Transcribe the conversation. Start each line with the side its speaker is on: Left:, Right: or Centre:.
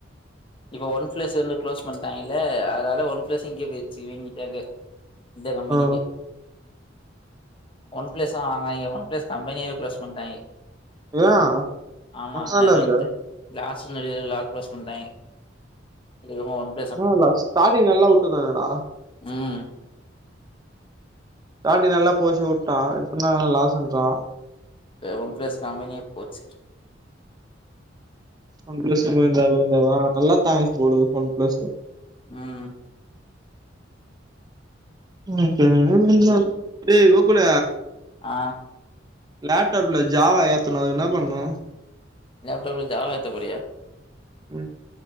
Left: இப்ப ஒன் ஃபிளஸ் என்ன க்ளோஸ் பண்ணிட்டாங்கல்ல அதனால ஒன் பிளஸ் இங்கே போயிருச்சு இவிங்காக இந்த கம்பெனிக்கு
Right: ஆ
Left: ஒன் ப்ளஸ் வாங்க நீங்க ஒன் ப்ளஸ் கம்பெனிய க்ளோஸ் பண்ட்டாங்க
Right: ஏன்
Left: ஆமா
Right: நல்லால
Left: ஏதாந்து
Right: இருந்த
Left: காஸ் ந லா ப்ளஸ் பண்ணிட்டாங்க <unintelligible>
Right: ஆ இல்ல ஸ்டாடிங் எல்லா உட்ரின்தாங்கலேடா
Left: ம்
Right: தாட்டி நல்லா போசி உட்டா இப்பனா லாஸ்ன்றா
Left: ஒன் ப்ளஸ் கம்பெனி போச்சு
Right: ஒன் ப்ளஸ் கோவிந்தா கோவிந்தாவா நல்லா தா போது ஒன் ப்ளஸ்
Left: உம்
Right: <unintelligible> ஏ கோகுல
Left: ஆ
Right: லேப்டப்ல ஜாவா ஏத்தணு அது என்ன பண்ணு
Left: லேப்டப்ல ஜாவா ஏத்த போரியா
Right: ம்